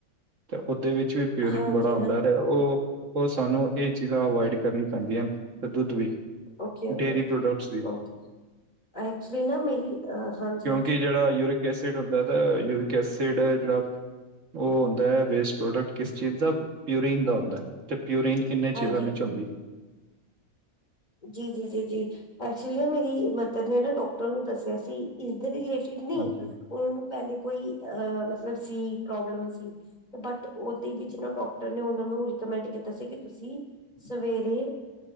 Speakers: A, on the right; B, on the left.
A: ਤੇ ਓਦੇ ਵਿੱਚ ਵੀ ਪਿਓਰੀਨ
B: ਹਾਂਜੀ-ਹਾਂਜੀ
A: ਬੜਾ ਆਦਾ। ਤੇ ਉਹ, ਉਹ ਸਾਨੂੰ ਇਹ ਚੀਜ਼ਾਂ 'ਅਵਾੋਇਡ' ਕਰਨੀਆਂ ਪੈਂਦੀਆਂ, ਤੇ ਦੁੱਧ ਵੀ।
B: ਓਕੇ, ਓਕੇ
A: ਡੇਅਰੀ ਪ੍ਰੋਡਕਟਸ ਵੀ
B: ਐਕਚੁਲੀ ਨਾ ਮੇਰੀ ਹਾਂਜੀ।
A: ਕਿ ਜਿਹੜਾ ਯੂਰਿਕ ਐਸਿਡ ਹੁੰਦਾ ਤਾਂ, ਯੂਰਿਕ ਐਸਿਡ ਜਿਹੜਾ ਉਹ ਹੁੰਦਾ ਵੇਸਟ ਪ੍ਰੋਡਕਟ ਕਿਸ ਚੀਜ਼ ਦਾ 'ਪਿਓਰੀਨ' ਦਾ ਹੁੰਦਾ ਹੈ। ਤੇ ਪਿਓਰੀਨ ਕਿੰਨੇ ਚਿਰਾਂ
B: ਹਾਂਜੀ
A: ਵਿੱਚ ਹੁੰਦੀ।
B: ਜੀ, ਜੀ, ਜੀ, ਜੀ ਐਕਚੁਲੀ ਨਾ 'ਮੇਰੀ ਮਦਰ' ਨੇ ਨਾ ਡਾਕਟਰ ਨੂੰ ਦੱਸਿਆ ਸੀ। ਇਸਦੇ ਰਿਲੇਟਿਡ ਨੀ
A: ਹਾਂਜੀ
B: ਉਹਨਾਂ ਨੂੰ ਪਹਿਲੇ ਕੋਈ ਅ ਮਤਲਬ ਸੀ ਪ੍ਰੋਬਲਮ ਸੀ। ਬਟ ਉਹ ਓਦੇ ਵਿੱਚ ਨਾ ਡਾਕਟਰ ਨੇ ਉਹਨਾਂ ਨੂੰ 'ਰਿਕਮੈਂਟ' ਕੀਤਾ ਸੀ। ਕਿ ਤੁਸੀਂ ਸਵੇਰੇ